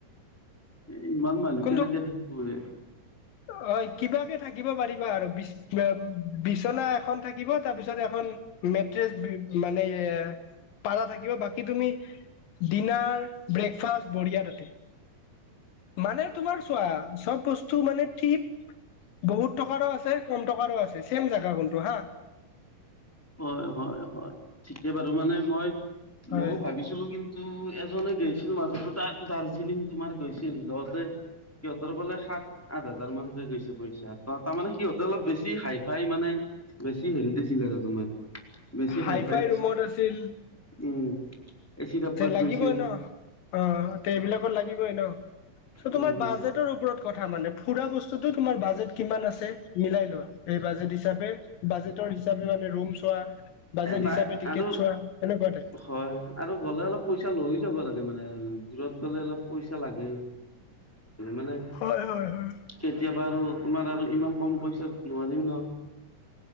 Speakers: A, in the centre; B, on the left (about 80°).
A: এই ইমান মানুহ
B: কিন্তু
A: কেনেকে থাকিব এ।
B: হয় কিবাকে থাকিব পাৰিবা আৰু বিছনা-বিছনা এখন থাকিব, তাৰ পিছত এখন মেট্ৰেছ মানে এ পাৰা থাকিব। বাকী তুমি ডিনাৰ, ব্ৰেকফাষ্ট বঢ়িয়া তাতে। মানে, তোমাৰ চোৱা চব বস্তু মানে <unintelligible> বহুত টকাৰো আছে কম টকাৰো আছে ছেম জেগা কিন্তু হা।
A: হয় হয় হয়, ঠিকে বাৰু মানে মই
B: হয়
A: ময়ো ভাবিছিলো কিন ন্তু এজনে গেইছিল মাজতে দাৰ্জিলিং তোমাৰ গৈছিল যাওতে সিহঁতৰ বোলে সাত, আঠ হাজাৰ মানকে গৈছে পইচা, ত' তাৰমানে সিহঁতে অলপ বেছি হাই ফাই মানে বেছি হেৰিত আছিল আৰু তোমাৰ। বেছি
B: হাই-ফাই
A: হাই ফাইত
B: ৰুমত আছিল।
A: উম, এচি ডাব্বাত
B: লাগিবই
A: গৈছে
B: ন'? অ তে'
A: অ',
B: এইবিলাকত লাগিবই ন চ
A: উম,
B: তোমাৰ বাজেট টৰ ওপৰত কথা মানে, ফুৰা বস্তুটো তোমাৰ বাজেট কিমান আছে মিলাই লোৱা। বাজেট হিচাপে, বাজেটৰ হিচাপে মানে ৰুম চোৱা। বাজেট
A: এ নাই
B: হিচাপে টিকেট
A: আৰু
B: চোৱা সেনেকুৱা টাইপ।
A: হয় আৰু গ'লে অলপ পইচা লৈও যাব লাগে মানে দূৰত গলে অলপ পইচা লাগে। মানে
B: হয় হয় হয়
A: কেতিয়াবা আৰু তোমাৰ আৰু ইমান কম পইচাত নোৱাৰি ন।